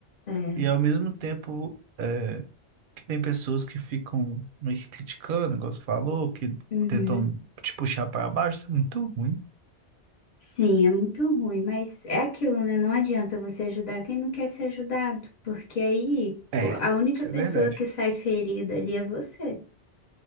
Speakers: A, on the left; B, on the right.
A: é,
B: E, ao mesmo tempo. é, que tem pessoas que ficam meio que criticando, igual você falou, que
A: uhum.
B: tentam te puxar para baixo, isso é muito ruim.
A: Sim, é muito ruim, mas é aquilo, né? Não adianta você ajudar quem não quer ser ajudado, porque aí
B: É,
A: o- a única
B: isso
A: pessoa
B: é verdade.
A: que sai ferida ali é você.